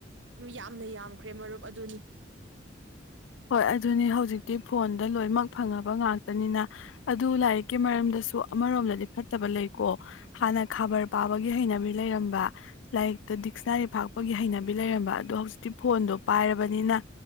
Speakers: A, on the right; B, on the left.
A: ꯌꯥꯝꯅ ꯌꯥꯝꯈ꯭ꯔꯦ ꯃꯔꯨꯞ ꯑꯗꯨꯅꯤ
B: ꯍꯣꯏ ꯑꯗꯨꯅꯤ ꯍꯧꯖꯤꯛꯇꯤ ꯐꯣꯟꯗ ꯂꯣꯏꯅꯃꯛ ꯐꯪꯉꯕ ꯉꯥꯛꯇꯅꯤꯅ ꯑꯗꯨ ꯂꯥꯏꯛ ꯀ ꯃꯔꯝꯗꯁꯨ ꯑꯃꯔꯣꯝꯗꯗꯤ ꯐꯠꯇꯕ ꯂꯩꯀꯣ ꯍꯥꯟꯅ ꯈꯕꯔ ꯄꯥꯕꯒꯤ ꯍꯩꯅꯕꯤ ꯂꯩꯔꯝꯕ ꯂꯥꯏꯔꯤꯛꯇ ꯗꯤꯛꯁꯅꯥꯔꯤ ꯐꯥꯛꯄꯒꯤ ꯍꯩꯅꯕꯤ ꯕꯤ ꯂꯩꯔꯝꯕ ꯑ ꯑꯗꯨꯣ ꯍꯧꯖꯤꯤ ꯐꯣꯟꯗꯣ ꯄꯥꯏꯔꯕꯅꯤꯅ